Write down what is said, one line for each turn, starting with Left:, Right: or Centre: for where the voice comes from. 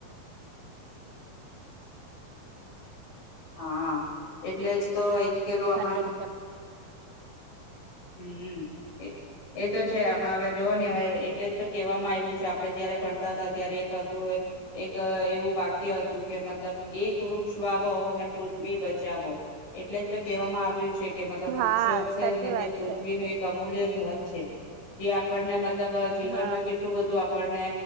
Left: હા એટલે જ તો એક કે નું આપણા
Right: થાય છે.
Left: હમ. એ તો છે આપણા હવે જોવ ને હવે એટલે જ તો કેહેવામાં આવ્યું છે. આપડે જયારે ભણતા હતા ત્યારે એક તો એક એવું વાક્ય હતું કે મતલબ એક વૃક્ષ વાવો અને પૃથ્વી બચાવો એટલે જ તો કહેવામાં આવે છે કે મતલબ વૃક્ષો
Right: હા
Left: છે
Right: સાચી
Left: ને તે
Right: વાત
Left: પૃથ્વીનું
Right: છે.
Left: એક અમૂલ્ય ધન જે આપણને મ મતલબ જીવન
Right: હા
Left: માં કેટલું બધું આપણને